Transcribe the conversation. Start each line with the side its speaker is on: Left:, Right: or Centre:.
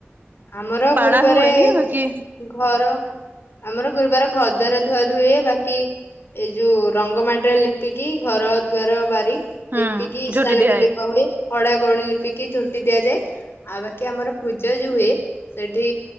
Left: ଆମର
Right: ପାଳା
Left: ଗୁରୁବାରେ
Right: ହୁଏନି
Left: ଏ-ଏ
Right: ବାକି
Left: ଘର ଆମର ଗୁରୁବାର ଘର ଦ୍ୱାର ଧୁଆ ଧୁଏ, ବାକି ଏଇ ଯୋଉ ରଙ୍ଗ ମାଟିରେ ଲିପିକି ଘର, ଦ୍ୱାର, ବାରି
Right: ହୁଁ
Left: ଲିପିକି ଇସାଣ
Right: ଝୋଟି ଦିଆଏ।
Left: ବି ଲିପା ହୁଏ। ଅଡ଼ା ଗଉଳି ଲିପିକି ଝୁଟି ଦିଆଯାଏ ଆଉ ବାକି ଆମର ପୂଜ ଯୋଉ ହୁଏ। ସେଠି